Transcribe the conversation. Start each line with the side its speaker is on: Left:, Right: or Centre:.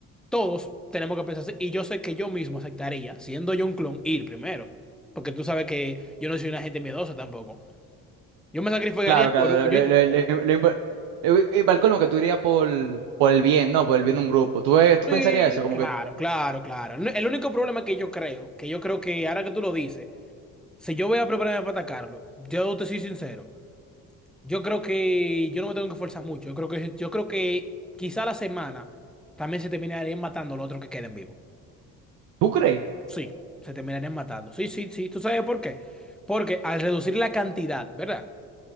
Centre: todos tenemos que pensar así. Y yo sé que yo mismo aceptaría, siendo yo un clon, ir primero. Porque tú sabes que yo no soy una gente miedosa tampoco. Yo me sacrificaría
Right: claro,
Centre: por...
Right: claro,
Centre: un- Yo,
Right: le- le- le- le- le- y y para el colmo que tú irías por, por el bien, ¿no? Por el bien de un grupo, ¿tú, eh, tú
Centre: sí,
Right: pensarías eso, como
Centre: claro,
Right: que,
Centre: claro, claro. No, El único problema que yo creo, que yo creo que ahora que tú lo dices, si yo voy a prepararme para atacarlo, yo te soy sincero. Yo creo que yo no me tengo que esforzar mucho. Yo creo que, yo creo que quizá la semana también se terminarían matando los otros que queden vivos.
Right: ¿tú crees?
Centre: Sí, se terminarían matando. Sí, sí, sí. ¿Tú sabes por qué? Porque al reducir la cantidad, ¿verdad?